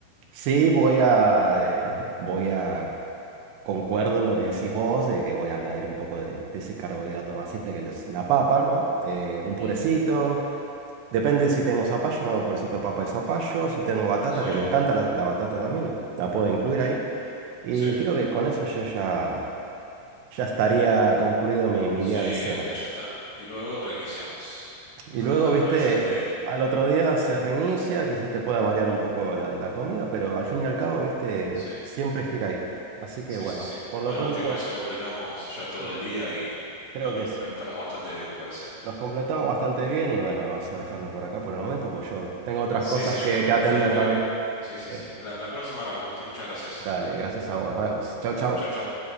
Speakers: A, on the right; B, on the left.
A: Sí, voy a, eh, voy a, concuerdo en lo que decís vos, de que voy a añadir un poco de, de ese carbohidrato más simple que es la papa, ¿no? Eh, un purecito,
B: ujú,
A: depende si tengo zapallo, me hago purecito de papa y zapallo, si tengo batata,
B: Sí,
A: que me encanta la, la batata también, la puedo incluir ahí. Y
B: sí,
A: creo que con eso yo ya, ya estaría concluido mi, mi
B: sí,
A: día de cena.
B: el día ya está. Y luego reiniciamos
A: Y
B: <laughs>
A: luego, viste,
B: para el siguiente día.
A: al otro día se reinicia, quizás te pueda variar un poco la, la comida, pero al fin y al cabo, viste,
B: Sí,
A: siempre gira ahí. Así que
B: sí,
A: bueno,
B: sí, sí.
A: por
B: Bueno,
A: lo pronto,
B: Gusti, con eso completamos ya todo
A: sí,
B: el día y
A: creo
B: nos, nos
A: que es-
B: complementamos bastante bien, me parece.
A: nos completamos bastante bien y bueno, vamos a dejarlo por acá por el momento, pues yo tengo otras
B: Sí,
A: cosas
B: sí, yo
A: que,
B: me,
A: que atender
B: me tengo que
A: también.
B: ir. Sí, sí,
A: Este,
B: sí. La, la próxima hablamos, Gusti. Muchas gracias.
A: dale, gracias a vos, nos vemos. Chau, chau.
B: Chau, chau.